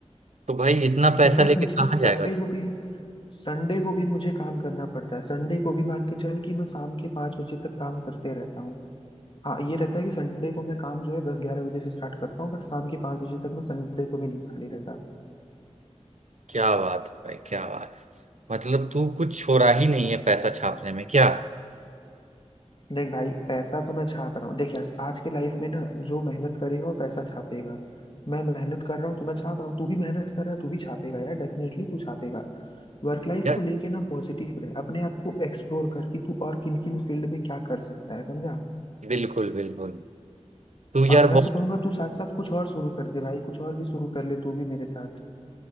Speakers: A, on the right; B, on the left.
A: तो भाई इतना पैसा
B: इनफैक्ट
A: लेके
B: मुझे
A: कहाँ
B: संडे
A: जाएगा
B: को भी संडे को भी मुझे काम करना पड़ता है संडे को भी मान के चल कि मैं शाम के पाँच बजे तक काम करते रहता हूँ हाँ ये रहता है कि संडे को मैं काम जो है दस ग्यारह बजे से स्टार्ट करता हूँ बट शाम के पाँच बजे तक मैं संडे को भी नहीं खाली रहता
A: क्या बात है भाई क्या बात है मतलब तू कुछ छोड़ा ही नहीं है पैसा छापने में क्या
B: देख भाई पैसा तो मैं छाप रहा हूँ देख यार आज के लाइफ में ना जो मेहनत करेगा वो पैसा छापेगा मैं मेहनत कर रहा हूँ तो मैं छाप रहा हूँ तू भी मेहनत कर रहा है तू भी छापेगा यार डेफिनेटली तू छापेगा वर्क लाइफ
A: यार
B: को लेके ना पॉजिटिव रहे अपने आप को एक्सप्लोर कर कि तू और किन किन फील्ड में क्या कर सकता है समझा
A: बिल्कुल बिल्कुल तू
B: और
A: यार
B: मैं
A: बहुत
B: तो कहूंगा तू साथ साथ कुछ और शुरू कर दे भाई कुछ और भी शुरू कर ले तू भी मेरे साथ